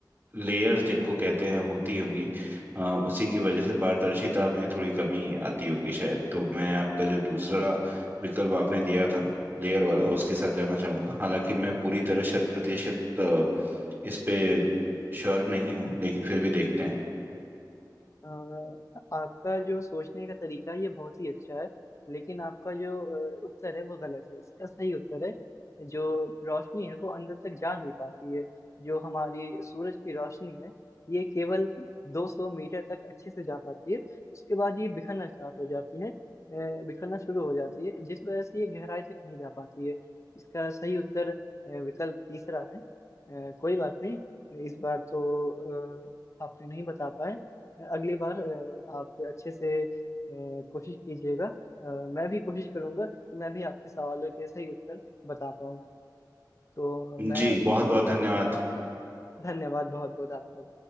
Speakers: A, on the right; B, on the left.
A: लेयर्स जिनको कहते हैं होती होंगी अ, उसी की वजह से पारदर्शिता में थोड़ी कमी आती होगी शायद तो मैं आपका जो दूसरा विकल्प आपने दिया था लेयर वाला उसके साथ जाना चाहूंगा हालांकि मैं पूरी तरह शत प्रतिशत अ, इस पे श्योर नहीं हूँ लेकिन फिर भी देखते हैं
B: अ, आपका जो सोचने का तरीका है, ये बहुत ही अच्छा है लेकिन आपका जो अ, उत्तर है वो गलत है इसका सही उत्तर है जो रोशनी है वो अंदर तक जा नहीं पाती है जो हमारी सूरज की रोशनी है ये केवल 200 मीटर तक अच्छे से जा पाती है उसके बाद ये बिखरना स्टार्ट हो जाती है अ, बिखरना शुरू हो जाती है जिस वजह से ये गहराई तक नहीं जा पाती है इसका सही उत्तर अ, विकल्प तीसरा है अ, कोई बात नहीं इस बार तो अ, आपने नहीं बता पाए अगली बार अ, आप अच्छे से अ, कोशिश कीजिएगा अ, मैं भी कोशिश करूंगा कि मैं भी आपके सवालों के सही उत्तर बता पाऊँ तो मैं
A: जी
B: अभी
A: बहुत
B: चलता
A: बहुत धन्यवाद
B: हूँ धन्यवाद बहुत बहुत आपका